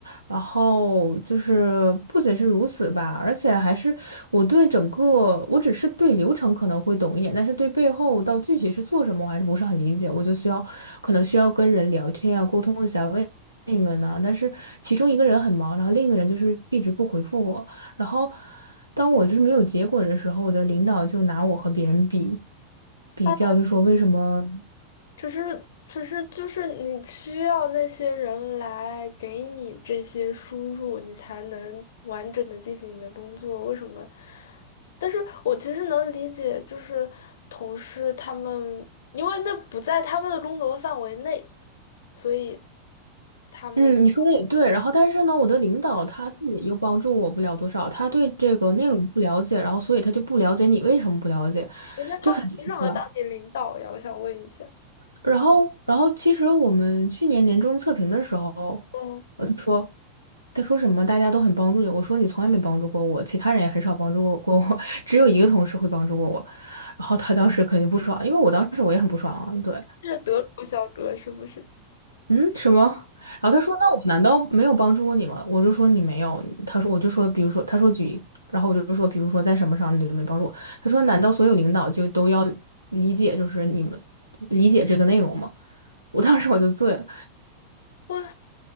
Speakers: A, on the right; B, on the left.
A: 然后就是不仅是如此吧，而且还是我对整个，我只是对流程可能会懂一点，但是对背后到具体是做什么，我还是不是很理解。我就需要可能需要跟人聊天啊，沟通一下，问你们呢、但是其中一个人很忙，然后另一个人就是一直不回复我。然后当我就是没有结果的时候，我的领导就拿我和别人比，比较就说为什么。
B: 啊，只是只是就是你需要那些人来给你这些输入，你才能完整的进行你的工作。为什么？但是我其实能理解，就是同事他们，因为那不在他们的工作范围内，所以。他们。
A: 嗯，你说的也对。然后，但是呢，我的领导他自己又帮助我不了多少，他对这个内容不了解，然后所以他就不了解你为什么不了解，
B: 人家他凭什么当你领导呀？
A: 就很奇怪。
B: 我想问一下。
A: 然后，然后其实我们去年年终测评的时候，
B: 嗯，
A: 呃，他说他说什么大家都很帮助你，我说你从来没帮助过我，其他人也很少帮助过过我，<laughs> 只有一个同事会帮助过我。然后他当时肯定不爽，因为我当时我也很不爽啊，对。
B: 这是德国小哥是不是？
A: 嗯，什么？然后他说：“那我难道没有帮助过你吗？”我就说：“你没有。”他说：“我就说，比如说，他说举，然后我就说，比如说在什么上你就没帮助我。”他说：“难道所有领导就都要理解，就是你们理解这个内容吗？”我当时我就醉了，
B: 我，